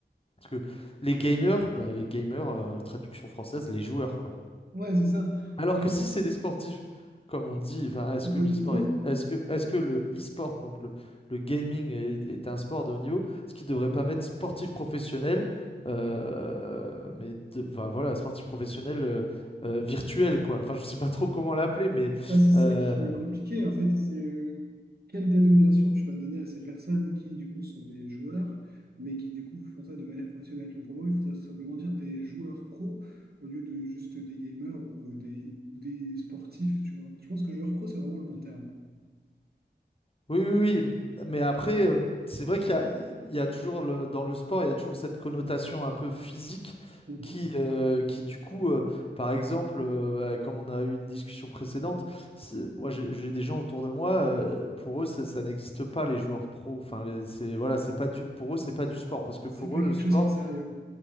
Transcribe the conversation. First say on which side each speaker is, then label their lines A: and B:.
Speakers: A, on the left (about 30°); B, on the right (about 60°).
A: parce que les gamers, bah, les gamers, euh, traduction française, les joueurs, quoi.
B: ouais, c'est ça.
A: Alors
B: Alors,
A: que si c'est des sportifs, comme on dit, enfin, est-ce
B: de
A: que l'e-sport
B: haut niveau.
A: est, est-ce que, est-ce que le e-sport, donc le, le gaming, est, est un sport de haut niveau? Ce qui devrait pas mettre sportif professionnel, euh, mais de- enfin, voilà, sportif professionnel euh, euh, virtuel, quoi. Enfin, je sais pas trop comment l'appeler, mais
B: Ah, c'est ça
A: euh,
B: qui est compliqué, en fait, c'est euh, quelle dénomination tu vas donner à ces personnes qui, du coup, sont des joueurs, mais qui, du coup, font ça de manière professionnelle. Donc, pour moi, il faudrait simplement dire des joueurs pro au lieu de juste des gamers ou euh, des, ou des sportifs, tu vois. Je pense que joueur pro, c'est vraiment le bon terme.
A: Oui, oui, oui. Mais après, euh, c'est vrai qu'il y a, il y a toujours le- dans le sport, il y a toujours cette connotation un peu physique
B: Mhm.
A: qui, euh, qui du coup, euh, par exemple, euh, euh, comme on a eu une discussion précédente, c'est- moi j'ai j'ai des gens autour de moi, euh, pour eux ça, ça n'existe pas les joueurs pros. Enfin, les- c'est voilà, c'est pas du, pour eux c'est pas du sport parce que
B: C'est
A: pour
B: pas
A: eux
B: quelque
A: le sport
B: chose qui est sérieux.